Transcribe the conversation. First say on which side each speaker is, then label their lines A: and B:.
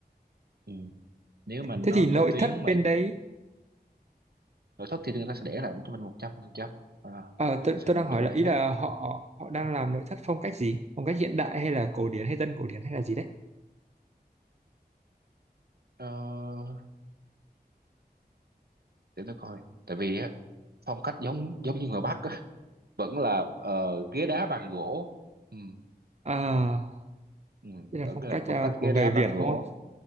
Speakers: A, on the right; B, on the right.
A: Ừ. nếu mà nó
B: Thế thì nội
A: có tuyến
B: thất
A: mà
B: bên đấy,
A: nội thất thì người ta sẽ để lại cho mình một trăm phần trăm à,
B: ờ, tôi,
A: mình sẽ
B: tôi đang hỏi
A: đổi
B: là
A: lại
B: ý
A: hết
B: là họ họ đang làm nội thất phong cách gì? Phong cách hiện đại hay là cổ điển hay dân cổ điển hay là gì đấy?
A: ờ, để tôi coi tại vì á, phong cách giống giống như người Bắc á, <laughs> vẫn là ờ, ghế đá bàn gỗ ừ,
B: À,
A: ừ,
B: đây là
A: vẫn
B: phong
A: là
B: cách
A: phong
B: à,
A: cách
B: của
A: ghế
B: người
A: đá bàn
B: Việt
A: gỗ
B: đúng không?